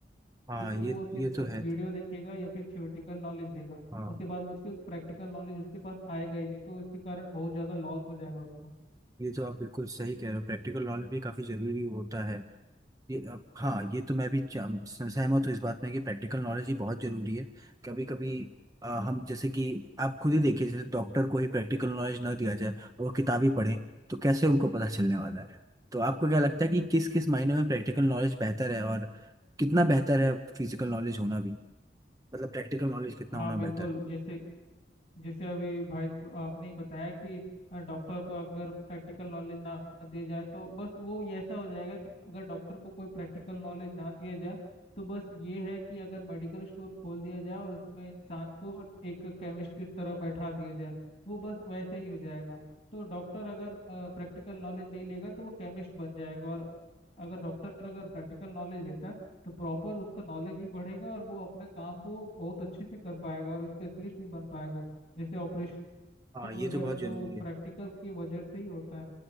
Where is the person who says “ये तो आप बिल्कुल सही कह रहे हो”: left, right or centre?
Right